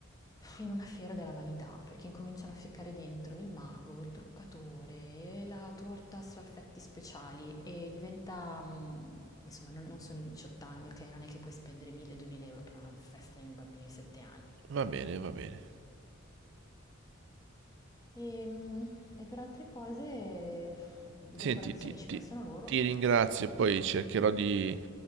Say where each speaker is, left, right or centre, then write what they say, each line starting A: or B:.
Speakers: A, on the left; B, on the right.
A: in una fiera della vanità, perché incominciano a ficcare dentro il mago, il truccatore, e la torta a effetti speciali e diventa, mm, insomma, non, non sono i 18 anni, ok? Non è che puoi spendere 1000-2000 euro per una festa di un bambino di 7 anni.
B: Va bene, va bene.
A: E, mm, e per altre cose, decorazioni
B: Senti, ti,
A: ci
B: ti-
A: pensano loro,
B: ti ringrazio, poi cercherò di